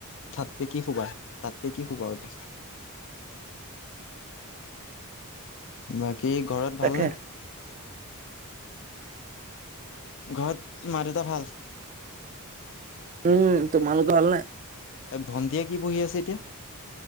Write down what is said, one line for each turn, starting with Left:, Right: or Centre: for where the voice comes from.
Left: তাতকে কি শুবা, তাতকে কি শুবা আৰু। বাকী ঘৰত
Right: তাকে
Left: ভালনে? ঘৰত মাৰ, দেতা ভাল?
Right: উম তোমাল ভাল নাই?
Left: এ ভণ্টিয় কি বহি আছে এতিয়া? উম,